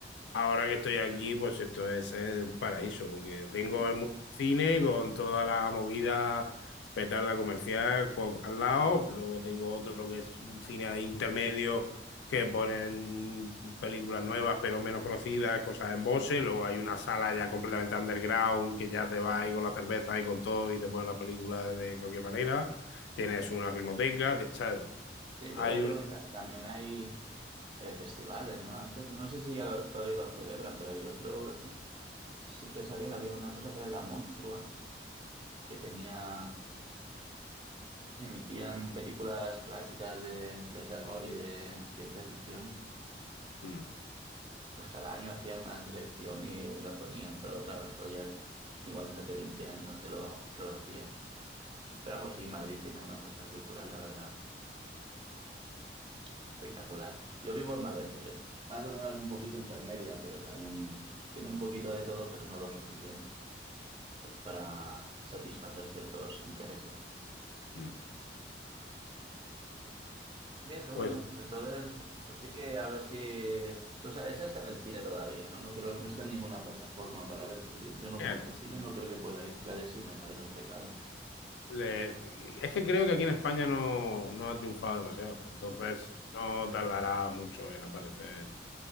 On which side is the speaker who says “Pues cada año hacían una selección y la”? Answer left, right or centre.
Right